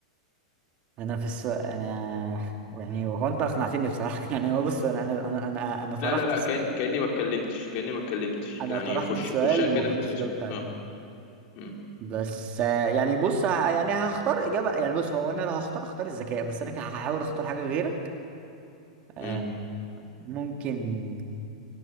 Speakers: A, on the right (about 40°); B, on the left (about 50°).
A: انا في السؤال انا <laughs> يعني هو انت اقنعتني بصراحه <laughs> يعني هو بص انا انا انا انا أنا طرحت
B: لا لا لا
A: الس-
B: كأن كأني ما اتكلمتش كأني ما اتكلمتش
A: انا
B: يعني
A: طرحت
B: خش
A: السؤال
B: خشها كأنك
A: وما كنتش
B: بس بس
A: جاوبت عليه
B: اه امم
A: بس آه يعني بص ه- يعني هختار اجابه يعني بص هو انا لو هختار اختار الذكاء بس انا كده هحاول اختار حاجه غيرك آه
B: امم
A: ممكن